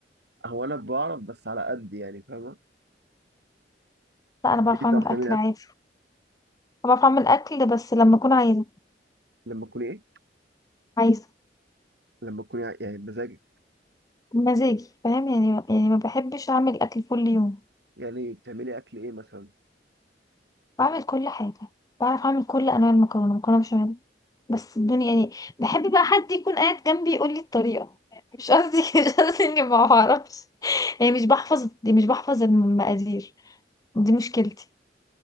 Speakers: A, on the right; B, on the left.
A: هو انا بعرف بس على قد يعني فاهمه
B: لا
A: انت
B: انا بعرف
A: بتعرفي
B: اعمل
A: تعملي
B: اكل
A: اكل
B: عادي بعرف اعمل اكل بس لما اكون عايزه
A: لما تكوني ايه
B: عايزه
A: لما تكوني يعني بمزاجك
B: مزاجي فاهم يعني يعني ما بحبش اعمل اكل كل يوم
A: يعني بتعملي اكل ايه مثلا
B: بعمل كل حاجه بعرف اعمل كل انواع المكرونه مكرونه بشاميل بس الدنيا يعني بحب بقى حد يكون قاعد جنبي يقول لي الطريقه مش قصدي <laughs> مش قصدي اني ما بعرفش يعني مش بحفظ دي مش بحفظ المقادير دي مشكلتي